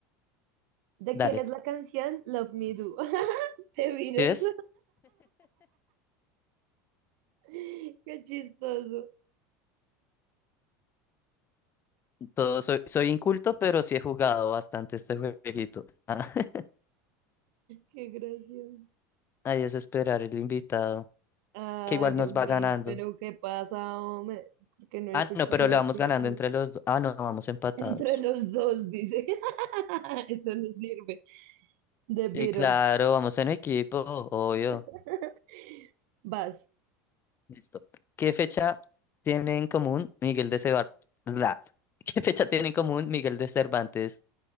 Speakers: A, on the right; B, on the left.
A: ¿De
B: Dale.
A: quién es la canción Love Me Do? <laughs> Te Virus.
B: ¿Sí ves?
A: <laughs> Qué chistoso.
B: Todo, soy, soy inculto, pero sí he jugado bastante este jueguito. Ah, <laughs>
A: Qué gracioso.
B: ahí es esperar el invitado,
A: Ay,
B: que igual
A: Dios
B: nos va
A: mío,
B: ganando.
A: pero ¿qué pasa, hombre? ¿Por qué no escuchas
B: Ah, no, pero
A: los
B: le vamos
A: Beatles?
B: ganando entre los dos. Ah, no, vamos empatados.
A: Entre los dos, dice. <laughs> Eso no sirve. The Beatles.
B: Sí, claro, vamos en equipo, obvio.
A: <laughs> Vas,
B: Listo. ¿Qué fecha tiene en común Miguel de Cervantes? <laughs> ¿Qué fecha tiene en común Miguel de Cervantes